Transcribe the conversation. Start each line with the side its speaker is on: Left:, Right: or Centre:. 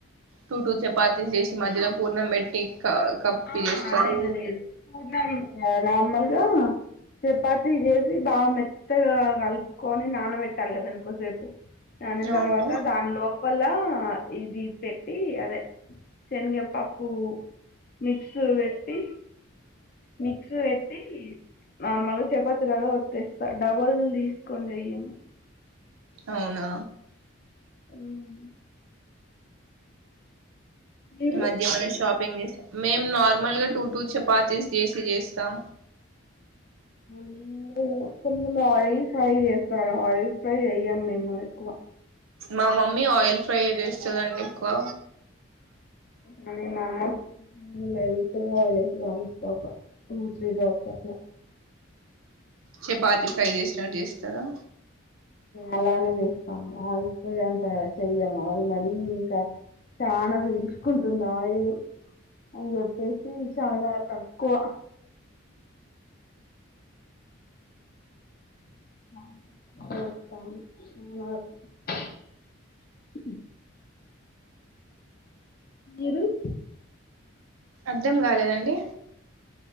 Right: టూ టూ చపాతీ చేసి మధ్యలో పూర్ణం పెట్టి క కప్పి
Left: అ
Right: చేస్తారా
Left: లేదు పూర్ణం నార్మల్గా చపాతి జేసి అది బాగా మెత్తగా కలుపుకొని నానబెట్టాలి కదా అనుకో రేపు దానిన
Right: అవును
Left: తర్వాత దానిలో ప్పలా ఇది పెట్టి అదే శనగ పప్పు మిక్స్ పెట్టి మిక్స్ పెట్టి నార్మల్ గా చపాతిరాగా ఒత్యాస్త డబల్ తీసుకొని చెయ్యము
Right: అవునా
Left: ఉమ్ మీరు
Right: మద్య ఏం అన్న షాప్ ఇంగ్ మేం నార్మల్ గా టూ టూ చపాతీస్ చేసి చేస్తాం
Left: మేము కొ ఆయిల్ ఫ్రై చేస్తారు ఆయిల్ ఫ్రై చెయం మేము ఎక్కువ
Right: మా మమ్మీ ఆయిల్ ఫ్రై చేస్తుందండి ఎక్కువ
Left: మ్ట్గావలసి కాస్తకఆయిల్ వేసి టూ త్రీ డ్రాప్స్ అట్లా
Right: చపాతి ఫ్రై చేసినట్టు చేస్తారా
Left: అలానే చేస్తాం ఆయిల్ ఫ్రై అంత చెయ్యం మరీ ఇంకా చాలనాా పీల్చుకుంటుంది ఆయిల్ అని చెప్పేసి చాలా త కోవ <unintelligible> ఏదు <inaudible>
Right: అర్ధం కాలేదండి